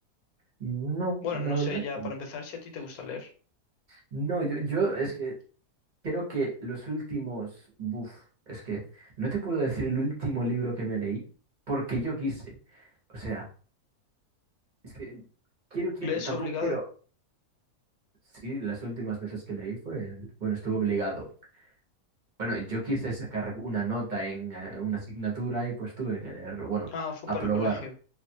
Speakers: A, on the right; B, on the left.
A: No,
B: Bueno,
A: la
B: no
A: verdad.
B: sé ya
A: No,
B: para empezar si a ti te gusta leer.
A: No, yo, yo es que Creo que los últimos, buf, es que no te puedo decir el último libro que me leí porque yo quise. O sea, es que quiero, quiero,
B: ¿Lees
A: tampoco
B: obligado?
A: quiero. Sí, las últimas veces que leí fue, bueno, estuve obligado. Bueno, yo quise sacar una nota en eh, una asignatura y pues tuve que leerlo. Bueno,
B: Ah, fue
A: aprobar.
B: para el colegio.